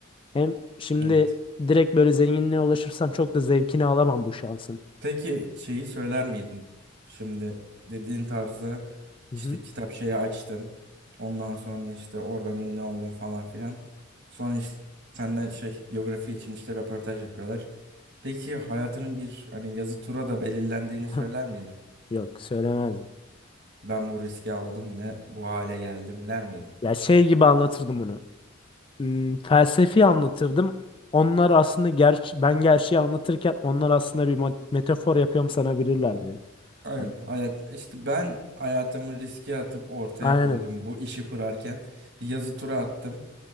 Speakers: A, on the left; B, on the right.
A: Hem şimdi
B: Evet.
A: direkt böyle zenginliğe ulaşırsam çok da zevkini alamam bu şansın.
B: Peki şeyi söyler miydin? Şimdi dediğin tarzda
A: Hı
B: işte
A: hı.
B: kitap şeyi açtın. Ondan sonra işte oradan ünlü oldun falan filan. Sonra işte senden şey biyografi için işte röportaj yapıyorlar. Peki hayatının bir hani yazı tura da belirlendiğini
A: <laughs>
B: söyler miydin?
A: Yok söylemezdim.
B: Ben bu riski aldım ve bu hale geldim der miydin?
A: Ya şey gibi anlatırdım onu. Hmm, felsefi anlatırdım. Onlar aslında gerçi ben gerçeği anlatırken onlar aslında bir ma- metafor yapıyorum sanabilirlerdi beni.
B: Aynen
A: Hani,
B: hayat işte ben hayatımı riske atıp ortaya
A: aynen.
B: koydum bu işi kurarken bir yazı tura attım.